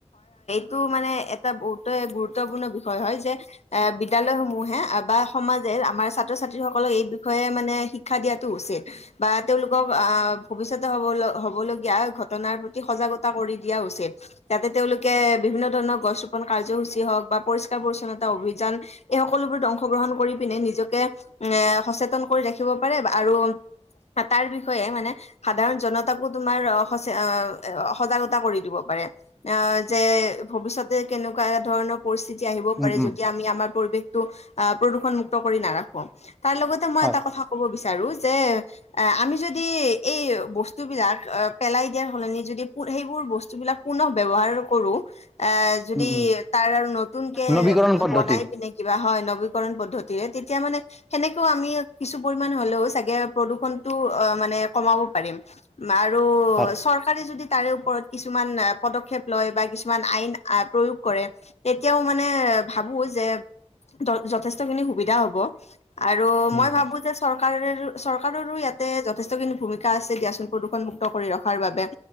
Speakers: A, on the left; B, in the centre.
A: টো মানে এটা বহুতে গুৰুত্বপূৰ্ণ বিষয় হয় যে এ বিদ্যালয় সমূহে বা সমাজ আমাৰ ছাত্ৰ ছাত্ৰীসকলক এই বিষয়ে মানে শিক্ষা দিয়াটো উচিত বা তেওঁলোকক আহ ভৱিষ্য- তে হব হ'বলগীয়া ঘট ঘটনাৰ প্ৰতি সজাগতা কৰি দিয়া উচিত যাতে তেওঁলোকে বিভিন্ন ধৰণৰ গছ ৰোপন কাৰ্যসূচী হওঁক। বা পৰিষ্কাৰ পৰিচ্ছন্নতা অভিযান এই সকলোবোৰত অংশগ্ৰহণ কৰি পিনে নিজকে এ সচেতন। ৰাখিব পাৰে আৰু তাৰ বিষয়ে মানে সাধাৰণ জনতাকো তোমাৰ। হৈছে অ সজাগতা কৰি দিব পাৰে আহ যে ভৱিষ্যতে কেনেকুৱা ধৰণৰ পৰি- আহিব
B: উম
A: পাৰে।
B: উম
A: যদি আমি আমাৰ পৰিৱেশটো আহ প্ৰদূষণমুক্ত কৰি নাৰাখো তাৰ লগতে মই
B: হয়
A: এটা কথা ক'ব বিচ- চাৰো যে, আমি যদি এই বস্তু বিলাক পেলাই দিয়াৰ সলনি যদি সেইবোৰ বস্তুবিলাক পুনৰ ব্যৱহাৰ কৰোঁ। এ, যদি
B: উম উম
A: তাৰ আৰু নতুন কে
B: নবীকৰণ পদ্ধতি
A: বনাই পিনে কিবা হয় ন। ভূমিকৰণ পদ্ধতিৰে তেতিয়া মানে সেনেকেও আমি কিছু পৰিমাণ হ'লেও ছাগে প্ৰদূষণ টো অ মানে কমাব পাৰিম আৰু
B: হয়
A: চৰকাৰে যদি তাৰ ওপৰত কিছুমান পদক্ষেপ লয় কিছুমান আইন প্ৰয়োগ কৰে তেতিয়া ও মানে ভাবো যে যথেষ্ট খিনি সুবিধা হ'ব। আৰু
B: উম
A: মই ভাবো যে চৰকাৰেৰেও চৰকাৰোৰো ইয়াতে যথেষ্টখিনি ভূমিকা আছে দিয়া চোন প্ৰদূষণ মুুক্ত কৰি ৰখাৰ বাবে।